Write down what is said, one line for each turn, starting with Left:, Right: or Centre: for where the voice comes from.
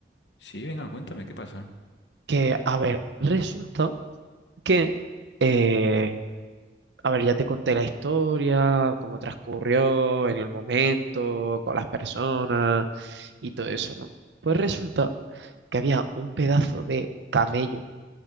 Left: Sí, venga, cuéntame, ¿qué pasa?
Right: que, a ver, resulta que, eh, a ver, ya te conté la historia, cómo transcurrió en el momento, con las personas y todo eso, ¿no? Pues resulta que había un pedazo de camello